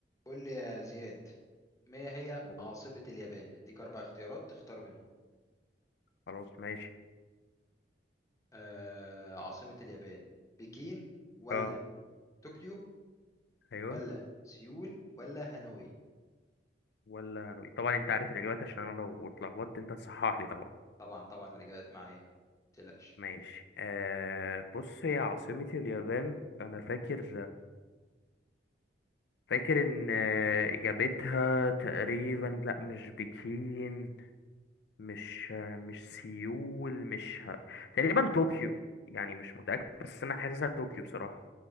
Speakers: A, on the left; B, on the left.
A: قول لي يا زياد ما هي
B: أوه،
A: عاصمة اليابان؟ اديك أربع اختيارات تختار منهم
B: خلاص ماشي
A: آه عاصمة اليابان بكين ولا
B: اه
A: طوكيو
B: ايوه
A: ولا سيول ولا هانوي
B: ولا هنوي طبعا انت عارف الاجابات عشان انا لو اتلخبطت انت تصحح لي طبعا
A: طبعا طبعا الإجابات معايا متقلقش
B: ماشي آه بص هي عاصمة اليابان انا فاكر فاكر ان آه، اجابتها تقريبا لا مش بكين مش آه، مش سيول مش ه... تقريبا طوكيو يعني مش متأكد بس انا حاسسها طوكيو بصراحة